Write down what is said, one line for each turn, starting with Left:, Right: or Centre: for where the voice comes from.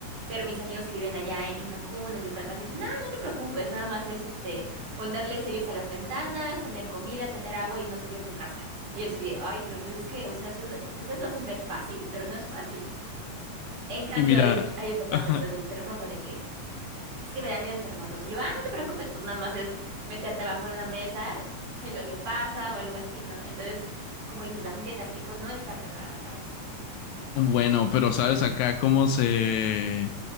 Right: pero mis amigos que viven allá en, en Cancún, en Yucatán, dicen, no, no te preocupes, nada más es este ponerle sellos a las ventanas, tener comida, tener agua y no salir de tu casa. Y yo así de, ay, pero pues es que, o sea, ustedes, ustedes lo hacen ver fácil, pero no es fácil. En cambio,
Left: y mira
Right: a ellos, a ellos le pasa
Left: <laughs>
Right: eso, el terremoto de que es que me dan miedo los terremotos. Y yo, ah, no te preocupes, pues nada más es meterte abajo de una mesa en lo que pasa o algo así, ¿no? Entonces, como dices, la gente de Tampico no está preparada para eso.
Left: bueno pero sabes acá cómo se